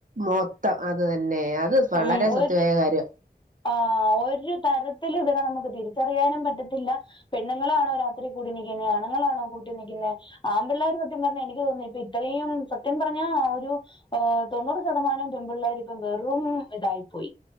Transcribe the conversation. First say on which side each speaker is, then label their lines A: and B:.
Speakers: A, on the right; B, on the left.
A: മൊത്തം അത് തന്നെ അത് വളരെ
B: ഉം
A: സത്യമായ
B: ഒരു
A: കാര്യവാ
B: ആഹ് ഒരു തരത്തിലും ഇവരെ നമ്മക്ക് തിരിച്ചറിയാനും പറ്റത്തില്ലാ പെണ്ണുങ്ങളാണോ രാത്രി കൂടി നിക്കുന്നേ അണുങ്ങളാണോ കൂട്ടി നിക്കുന്നേ ആൺ പിള്ളേര് സത്യം പറഞ്ഞാ എനിക്ക് തോനുന്നു ഇപ്പ ഇത്രയും സത്യം പറഞ്ഞാ ഒരു ഏഹ് തൊണ്ണൂറ് ശതമാനം പെൺപിള്ളേരും ഇപ്പം വെറും ഇതായി പോയി.